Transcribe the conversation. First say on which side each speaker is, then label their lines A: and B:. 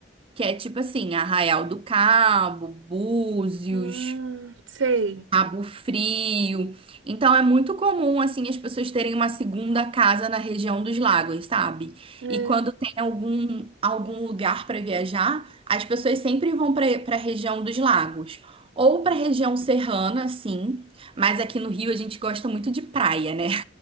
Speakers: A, on the right; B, on the right.
A: que é tipo assim, Arraial do Cabo, Búzios,
B: Hum, sei.
A: Cabo Frio. Então é muito comum assim as pessoas terem uma segunda casa na região dos lagos, sabe?
B: É,
A: E quando tem algum algum lugar para viajar, as pessoas sempre vão para para a região dos lagos. Ou para a região serrana, sim, mas aqui no Rio a gente gosta muito de praia, né?